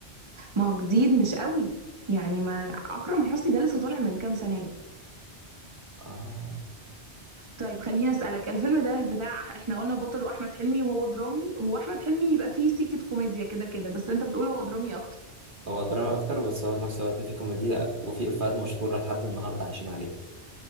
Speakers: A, on the right; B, on the right.
A: ما هو جديد مش قوي يعني ما اكرم حسني ده لسه طالع من كام سنه
B: اه
A: طيب خليني اسالك الفيلم ده بتاع احنا قلنا بطله احمد حلمي وهو درامي واحمد حلمي يبقى فيه سيكه كوميديا كده كده بس انت بتقول هو درامي اكتر
B: هو درامي اكتر بس هو في نفس الوقت فيه كوميديا وفيه افيهات مشهورة لحد النهارده عايشين عليها